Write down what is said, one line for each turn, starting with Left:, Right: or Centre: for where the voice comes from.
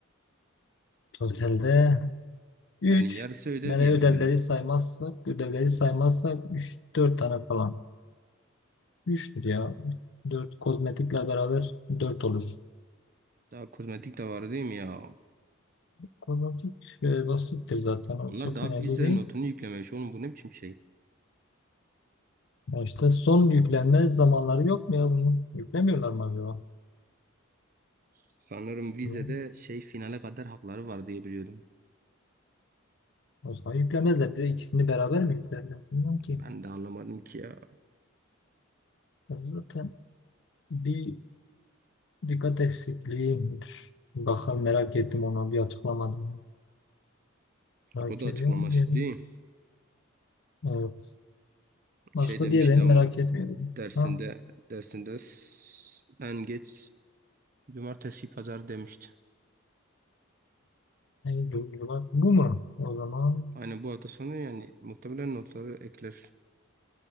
Left: Totalde 3.
Right: Yani yarısı ödev
Left: Yani
Right: diye
Left: ödevleri
Right: biliyorum.
Left: saymazsak, ödevleri saymazsak üç, dört tane falan. 3'tür ya. 4, kozmetikle beraber dört olur.
Right: Daha kozmetik de var değil mi ya?
Left: Kozmetik e, basittir zaten. O
Right: Onlar
Left: çok
Right: daha
Left: önemli
Right: vize
Left: değil.
Right: notunu yüklememiş. Oğlum bu ne biçim şey?
Left: Ya işte son yüklenme zamanları yok mu ya bunun? Yüklemiyorlar mı acaba?
Right: Sanırım vizede
Left: Yok.
Right: şey finale kadar hakları var diye biliyordum.
Left: O zaman yüklemezler. Bir de ikisini beraber mi yüklerler? Bilmiyorum ki.
Right: Ben de anlamadım ki ya.
Left: zaten bir dikkat eksikliği midir? Bakalım merak ettim onu bir açıklamadım. Merak
Right: O da açıklaması
Left: ediyorum diyelim.
Right: değil.
Left: Evet. Başka
Right: Şey demişti
Left: diğerlerini
Right: ama
Left: merak etmiyorum.
Right: dersinde
Left: Ha?
Right: dersinde s- en geç cumartesi pazar demişti.
Left: Yani duygular. Bu mu? O zaman
Right: Aynen bu hafta sonu yani muhtemelen notları ekler.